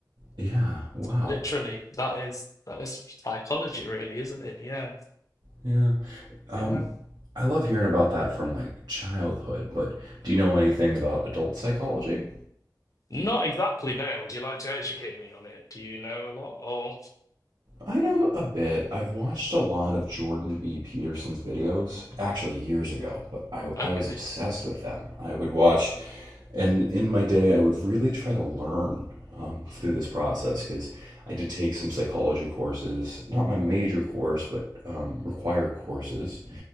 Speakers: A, on the right (about 70°); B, on the left (about 50°).
A: yeah wow
B: literally, that is that is psychology, really, isn't it? Yeah,
A: yeah um
B: yeah.
A: i love hearing about that from like childhood but do you know anything about adult psychology
B: Not exactly. No. Would you like to educate me on it? Do you know a lot? Or
A: I know a bit. I've watched a lot of Jordan B. Peterson's videos, actually years ago, but I,
B: okay.
A: I was obsessed with them. I would watch, and in my day, I would really try to learn um, through this process because I did take some psychology courses, not my major course, but um, required courses.